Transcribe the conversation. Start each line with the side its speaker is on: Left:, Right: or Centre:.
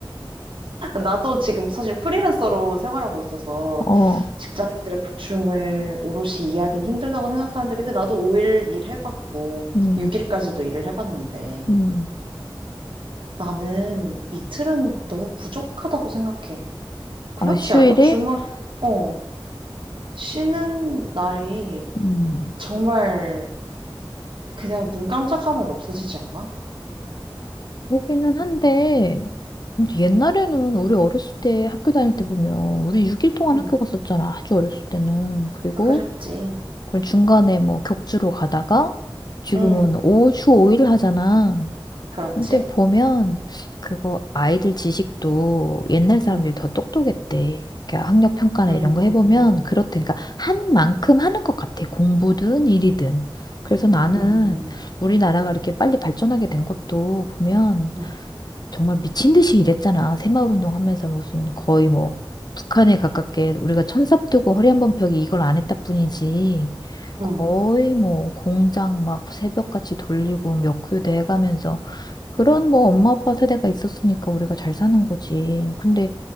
Right: 나도 지금 사실 프리랜서로 생활하고 있어서
Left: 어,
Right: 직장인들의 고충을 오롯이 이해하긴 힘들다고 생각하는데, 근데 나도 5일 일해봤고,
Left: 음,
Right: 6일까지도 일을 해봤는데,
Left: 음.
Right: 나는 이틀은 너무 부족하다고 생각해. 그렇지
Left: 아, 휴일에?
Right: 않아? 주말, 어, 쉬는 날이
Left: 음,
Right: 정말 그냥 눈 깜짝하면 없어지지 않아?
Left: 보기는 한데, 근데 옛날에는 우리 어렸을 때 학교 다닐 때 보면, 우리 6일 동안
Right: 응,
Left: 학교 갔었잖아. 아주 어렸을 때는. 그리고,
Right: 그랬지.
Left: 그 중간에 뭐 격주로 가다가, 지금은
Right: 응,
Left: 오, 주 5일 하잖아.
Right: 그렇지?
Left: 근데 보면 그거 아이들 지식도 옛날 사람들이
Right: 응,
Left: 더 똑똑했대. 그러니까 학력 평가나
Right: 응,
Left: 이런 거 해보면 그렇대. 그러니까 한 만큼 하는 것 같아. 공부든 일이든. 그래서 나는
Right: 응,
Left: 우리나라가 이렇게 빨리 발전하게 된 것도 보면
Right: 응,
Left: 정말 미친 듯이 일했잖아. 새마을 운동하면서 무슨 거의 뭐 북한에 가깝게 우리가 천삽 뜨고 허리 한번 펴기 이걸 안 했다 뿐이지.
Right: 응.
Left: 거의 뭐 공장 막 새벽같이 돌리고 몇 교대 해가면서 그런 뭐 엄마 아빠 세대가 있었으니까 우리가 잘 사는 거지. 근데